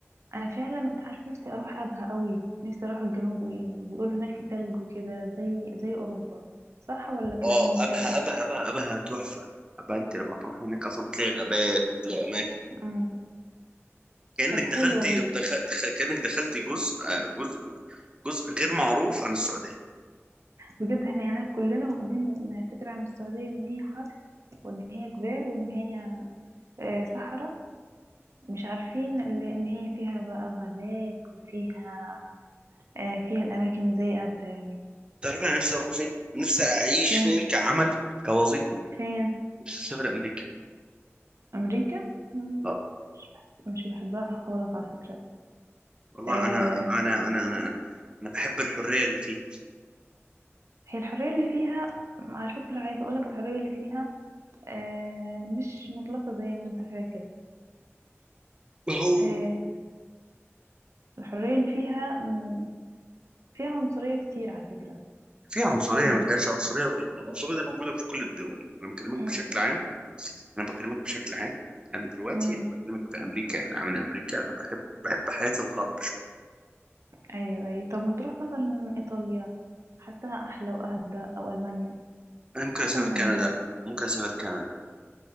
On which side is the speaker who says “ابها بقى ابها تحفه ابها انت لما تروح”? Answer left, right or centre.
Right